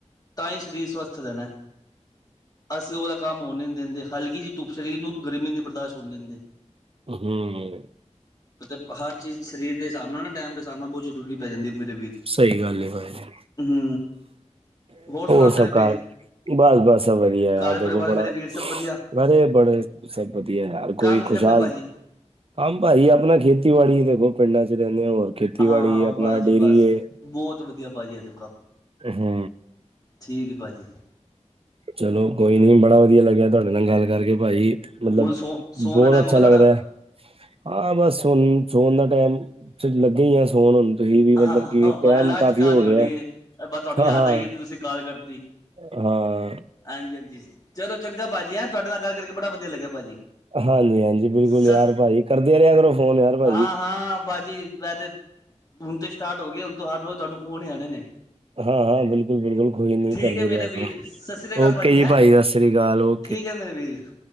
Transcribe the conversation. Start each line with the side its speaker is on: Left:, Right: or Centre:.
Left: ਤਾ ਈ ਸਰੀਰ ਸਵਸਥ ਰੈਣੈ, ਅਸੀਂ ਓਹ ਵਾਲਾ ਕੰਮ ਹੋਣ ਈ ਨੀ ਦਿੰਦੇ। ਹਲਕਿ ਜੀ ਧੁੱਪ ਸਰੀਰ ਨੂੰ ਗਰਮੀ ਨੀ ਬਰਦਾਸ਼ ਹੋਣ ਦਿੰਦੇ।
Right: ਹੂੰ।
Left: ਐਤੇ ਹਰ ਚੀਜ਼ ਸਰੀਰ ਦੇ ਹਿਸਾਬ ਨਾਲ ਨਾ ਟਾਈਮ ਦੇ ਸਾਬ ਨਾਲ ਬੌਤ ਜ਼ਰੂਰੀ ਪੈ ਜਾਂਦੀ ਏ ਮੇਰੇ ਵੀਰ।
Right: ਸਹੀ ਗੱਲ ਏ ਭਾਜੀ।
Left: ਹੂ। ਹੋਰ ਸੁਣਾ
Right: ਸਭ
Left: ਮੇਰੇ ਵੀਰ।
Right: ਕਾਰ ਬਸ ਬਸ ਸਭ ਵਧੀਆ ਯਾਰ
Left: ਘਰ
Right: ਦੇਖੋ
Left: ਪਰਿਵਾਰ
Right: ਬੜਾ
Left: ਮੇਰੇ ਵੀਰ ਸਭ ਵਧੀਆ
Right: ਅਰੇ ਬੜੇ ਸਭ ਵਧੀਆ ਹੈ ਯ ਕੋਈ
Left: ਕੰਮ ਕੀ
Right: ਖੁਸ਼ਹਾਲ
Left: ਕਰਦੇ ਹੋ ਭਾਜੀ
Right: ਆਮ ਭਾਈ ਆਪਣਾ ਖੇਤੀਬਾੜੀ ਦੇਖੋ ਪਿੰਡਾਂ ਚ ਰਹਿੰਦੇ ਓ ਹੋਰ ਖੇਤੀਬਾੜੀ
Left: ਹਾਂ
Right: ਏ ਆਪਣਾ
Left: ਬਸ ਜੀ
Right: ਡੇਅਰੀ
Left: ਬਸ
Right: ਏ।
Left: ਬਹੁਤ ਵਧੀਆ ਭਾਜੀ ਆ ਤਕਾ
Right: ਹੂ।
Left: ਠੀਕ ਏ ਭਾਜੀ।
Right: ਚਲੋ ਕੋਈ ਨੀ ਬੜਾ ਵਧੀਆ ਲੱਗਿਆ ਤੁਹਾਡੇ ਨਾਲ ਗੱਲ ਕਰਕੇ ਭਾਜੀ। ਮਤਲਬ
Left: ਹੁਣ ਸੋ ਸੋਣ
Right: ਬਹੁਤ
Left: ਦਾ ਟਾਈਮ
Right: ਅੱਛਾ
Left: ਹੋ ਗਿਆ
Right: ਲੱਗਦਾ
Left: ਤੁਹਾਡਾ
Right: ਹੈ। ਹਾਂ ਬਸ ਸੋਣ ਦਾ ਟਾਈਮ ਚ ਲੱਗੇ ਹੀ ਆ ਸੌਣ ਹੁਣ। ਤੁਸੀਂ ਵੀ ਮਤਲਬ
Left: ਹਾਂ
Right: ਕੀ
Left: ਹਾਂ
Right: ਟੈਮ
Left: ਬਸ ਲਾਸਟ
Right: ਕਾਫੀ
Left: ਕਾਲ
Right: ਹੋ
Left: ਹੀ
Right: ਗਿਆ
Left: ਹੋਣੀ ਹੈ ਬਸ ਤੁਹਾਨੂੰ
Right: ਹਾਂ
Left: ਯਾਦ
Right: ਹਾਂ।
Left: ਆਈ ਹੈ ਤੇ ਤੁਸੀਂ ਗਾਲ ਕਰਤੀ।
Right: ਹਾਂ।
Left: ਹਾਂਜੀ, ਹਾਂਜੀ ਚਲੋ ਚੰਗਾ ਭਾਜੀ ਹੈਂ ਤੁਹਾਡੇ ਨਾਲ ਗੱਲ ਕਰਕੇ ਬੜਾ ਵਧੀਆ ਲੱਗਿਆ ਭਾਜੀ।
Right: ਹਾਂਜੀ, ਹਾਂਜੀ ਬਿਲਕੁਲ
Left: ਸਸ
Right: ਯਾਰ ਭਾਜੀ ਕਰਦੇ ਰਿਹਾ ਕਰੋ ਫੋਨ ਯਾਰ ਭਾਜੀ।
Left: ਹਾਂ ਹਾਂ ਭਾਜੀ ਵੈ ਤੇ ਹੁਣ ਤੇ ਸਟਾਰਟ ਹੋ ਗਏ ਹੁਣ ਹਰ ਰੋਜ਼ ਤੁਹਾਨੂੰ ਫੋਨ ਹੀ ਆਉਣੇ ਨੇ।
Right: ਹਾਂ ਹਾਂ ਬਿਲਕੁਲ ਬਿਲਕੁਲ ਕੋਈ ਨੀ
Left: ਠੀਕ
Right: ਕਰਦੀ
Left: ਹੈ ਮੇਰੇ
Right: ਰਿਹਾ
Left: ਵੀਰ
Right: ਕਰੋ
Left: ਸਤਿ ਸ਼੍ਰੀ ਅਕਾਲ
Right: ਓਕੇ ਜੀ
Left: ਹੈਂ
Right: ਭਾਜੀ ਸਤਿ ਸ੍ਰੀ ਅਕਾਲ ਓ।
Left: ਠੀਕ ਹੈ ਮੇਰੇ ਵੀਰ।